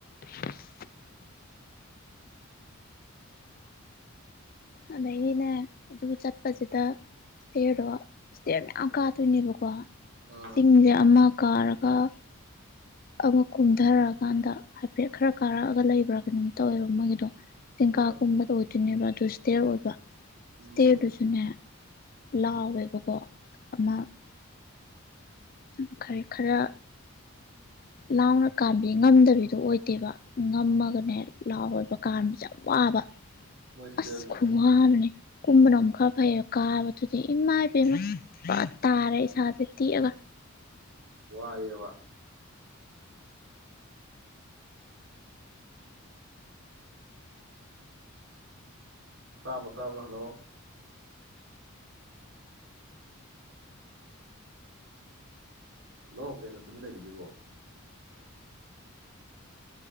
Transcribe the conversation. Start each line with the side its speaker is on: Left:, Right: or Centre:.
Left: <inaudible> ꯑꯗꯩꯗꯤꯅꯦ ꯑꯗꯨꯒ ꯆꯠꯄꯁꯤꯗ ꯏꯁꯇꯦꯌꯔꯗꯣ ꯏꯁꯇꯌꯔ ꯃꯌꯥ ꯑꯥ ꯀꯗꯣꯏꯅꯦꯕꯥ
Right: ꯑꯥ
Left: ꯆꯤꯡꯁꯦ ꯑꯃ ꯀꯥꯔꯛ <unintelligible> ꯑꯃꯨꯛ ꯀꯨꯝꯊꯔꯛꯑꯀꯥꯟꯗ ꯍꯥꯏꯐꯦꯠ ꯈꯔ ꯀꯥꯔꯛꯑꯒ ꯂꯩꯕ꯭ꯔꯥ ꯀꯩꯅꯣꯝ ꯇꯧꯋꯦꯕ ꯃꯣꯏꯒꯤꯗꯣ꯫
Right: ꯑꯥ
Left: <unintelligible> ꯀꯨꯝꯕꯗꯥ ꯑꯣꯏꯗꯣꯏꯅꯦꯕꯥ꯫ <unintelligible> ꯑꯣꯏꯕ
Right: ꯎꯝ
Left: ꯁꯇꯦꯔꯗꯨꯁꯨꯅꯦ
Right: ꯎꯝ
Left: ꯂꯥꯎꯋꯦꯕꯀꯣ꯫ ꯑꯃ
Right: ꯎꯝ
Left: <unintelligible> ꯈꯔ ꯂꯥꯎꯅ ꯀꯥꯟꯕꯤ ꯉꯝꯗꯕꯤꯗꯣ ꯑꯣꯏꯗꯦꯕ꯫ ꯉꯝꯃꯒꯅꯦ ꯂꯥꯎꯕ ꯀꯥꯟꯕꯁꯦ ꯌꯥꯝ ꯋꯥꯕ
Right: ꯃꯣꯏ ꯁ꯭ꯇꯦꯌꯔꯖꯦ
Left: ꯑꯁ ꯈꯋꯥ ꯃꯅꯦ ꯀꯨꯝꯕꯅ ꯑꯃꯨꯛ ꯈꯔ ꯐꯩꯌꯦ ꯀꯥꯕꯗꯨꯗꯤ ꯏꯃꯥꯏ ꯄꯦꯝꯃ ꯋꯥ ꯇꯥꯔꯦ ꯏꯁꯒ ꯊꯦꯛꯑꯒ
Right: ꯋꯥ ꯑꯦꯕ ꯇꯥꯕ꯭ꯔꯣ ꯇꯥꯕ꯭ꯔꯣ ꯍꯜꯂꯣ ꯍꯜꯂꯣ ꯀꯩꯅꯣ ꯇꯨꯃꯤꯟ ꯂꯩꯈ꯭ꯔꯤꯁꯤꯕꯣ